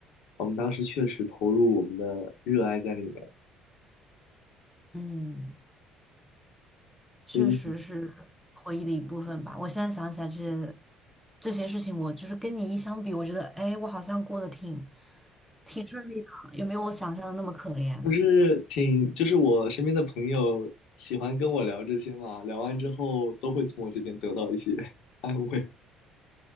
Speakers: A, on the left (about 70°); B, in the centre.
A: 我们当时确实投入我们的热爱在里面，
B: 嗯，
A: 所以
B: 确实是回忆的一部分吧。我现在想起来这些这些事情，我就是跟你一相比，我觉得，哎，我好像过得挺挺顺利的，也没有我想象的那么可怜。
A: 就是挺，就是我身边的朋友喜欢跟我聊这些嘛，聊完之后都会从我这边得到一些 <laughs> 安慰，